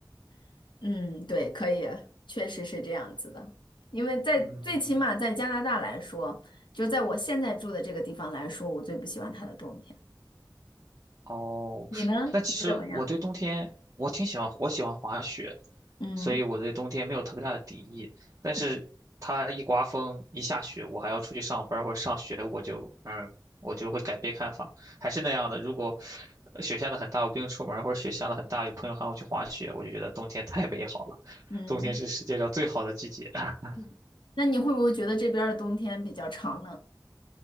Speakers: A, on the left; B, on the right.
A: <laughs> 嗯，对，可以，确实是这样子的。因为在最起码在加拿大来说，
B: 嗯
A: 就在我现在住的这个地方来说，我最不喜欢它的冬天。
B: 哦，
A: 你呢？
B: 但其实我对冬天我挺喜欢，
A: 你怎么样？
B: 我喜欢滑雪，
A: 嗯
B: 所以我对冬天没有特别大的敌意。但是它一刮风一下雪，
A: 嗯
B: 我还要出去上班儿或者上学，我就嗯，我就会改变看法。还是那样的，如果呃雪下的很大，我不用出门儿或者雪下的很大，有朋友喊我去滑雪，我就觉得冬天太美好了。
A: 嗯，
B: 冬天是世界上最好的季节。<laughs>
A: 嗯那你会不会觉得这边儿的冬天比较长呢？